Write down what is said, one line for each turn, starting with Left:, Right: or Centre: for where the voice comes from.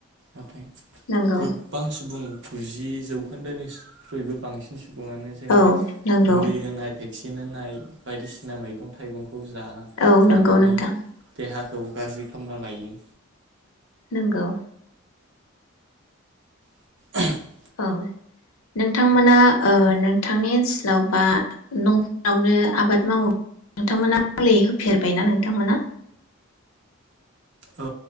Right: नाथाय
Left: नंगौ
Right: गोबां सुबुं गुजि जौखोन्दोनिख्रुइबो बांसिन सुबुङानो जोंनि
Left: औ नंगौ
Right: मुलै होनाय भेक्सि न होनाय बायदिसिना मैगं थाइगं खौ जाना
Left: औ
Right: जानानै
Left: नंगौ नोंथां
Right: देहा खौ गाज्रि खामना लायो
Left: नोंगौ
Right: <unintelligible>
Left: औ नोंथांमोना ओ नोंथांनि ओनसोलाव बा नफोरावनो आबाद मावो नोंथांमोना मै होफेरबायना नोंथांमोना
Right: औ